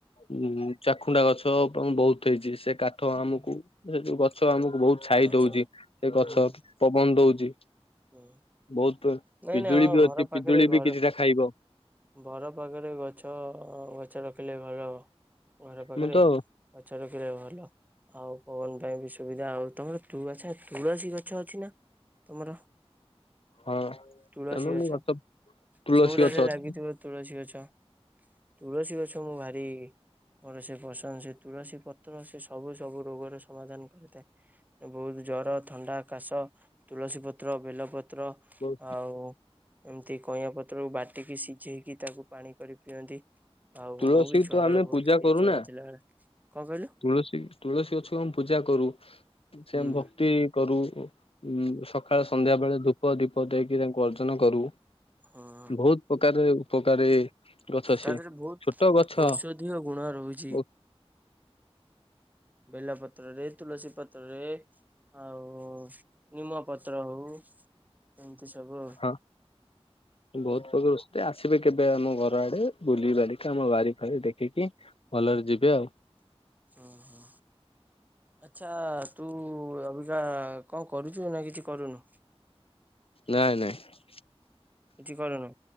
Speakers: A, on the left; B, on the right.
A: ଉଁ ଚାଖୁଣ୍ଡା ଗଛ ବହୁତ ହେଇଛି ସେ କାଠ
B: ହୁଁ
A: ଆମକୁ ସେ ଯୋଉ ଗଛ ଆମକୁ ବହୁତ ଛାଇ
B: ଆଚ୍ଛା
A: ଦଉଛି ସେ ଗଛ
B: ହୁଁ
A: ପବନ ଦଉଛି।
B: ହୁଁ
A: ବହୁତ
B: ନାଇଁ
A: ପିଜୁଳି
B: ନାଇଁ ହଁ
A: ବି
B: ଘର
A: ଅଛି
B: ପାଖରେ
A: ପିଜୁଳି
B: ଘର
A: ବି କିଛିଟା ଖାଇବ।
B: ଘର ପାଖରେ ଗଛ ଗଛ ରଖିଲେ ଭଲ ଘର ପାଖରେ
A: ମୁଁ ତ
B: ଗଛ ରଖିଲେ ଭଲ। ଆଉ ପବନ ପାଇଁ ବି ସୁବିଧା ହଉଥିବ ତୁଳ ଆଛା ତୁଳସୀ ଗଛ ଅଛି ନା ତୁମର।
A: ହଁ
B: ତୁଳସୀ
A: ତେଣୁ
B: ଗଛ
A: ମୁଁ ତୁଳସୀ
B: ଚଉରାରେ
A: ଗଛ ଅଛି
B: ଲାଗିଥିବ ତୁଳସୀ ଗଛ। ତୁଳସୀ ଗଛ ମୁଁ ଭାରି ମୋର ସେ ପସନ୍ଦ ସେ ତୁଳସୀ ପତ୍ର ସେ ସବୁ ସବୁ ରୋଗର ସମାଧାନ କରିଥାଏ। ବହୁତ ଜର, ଥଣ୍ଡା, କାଶ ତୁଳସୀ ପତ୍ର ବେଲପତ୍ର
A: ହୁଁ
B: ଆଉ ଏମିତି କଇଁଆ ପତ୍ରକୁ ବାଟିକି ସିଝେଇକି ତାକୁ ପାଣି କରି ପିଅନ୍ତି। ଆଉ
A: ତୁଳସୀ
B: ମୁଁ ବି ଛୁଆ
A: ତ ଆମେ
B: ବେଳେ ବହୁତ
A: ପୂଜା
B: ପିଇଚି
A: କରୁନା
B: ଜର ଥିଲାବେଳେ। କଣ କହିଲ?
A: ତୁଳସୀ ତୁଳସୀ ଗଛକୁ ଆମେ ପୂଜା କରୁ ସେ
B: ହୁଁ
A: ଭକ୍ତି କରୁ। ଉଁ ସକାଳେ ସନ୍ଧ୍ୟା ବେଳେ ଧୂପ ଦୀପ ଦେଇକି ତାଙ୍କୁ ଅର୍ଜନ କରୁ
B: ହଁ।
A: ବହୁତ ଉପକାରରେ ଉପକାରୀ। ଗଛ ସିଏ
B: ତା ଦେହରେ ବହୁତ
A: ଛୋଟ ଗଛ।
B: ଅଧିକ ଗୁଣ ରହୁଛି।
A: ଓ
B: ବେଲପତ୍ରରେ ତୁଳସୀ ପତ୍ରରେ। ଆଉ ନିମପତ୍ର ହଉ। ଏମିତିସବୁ ଆଉ।
A: ହଁ ବହୁତ୍ ପକଳ। ଆସିବେ କେବେ ଆମ ଘର ଆଡେ ବୁଲି ବାଲିକି ଆମ ବାରି ଫାରି ଦେଖିକି ଭଲରେ ଯିବେ ଆଉ।
B: ଓହୋ। ଆଚ୍ଛା ତୁ ଅବିକା କଣ କରୁଛୁ ନା କିଛି କରୁନୁ?
A: ନାଇଁ ନାଇଁ।
B: ଏଠି କନ?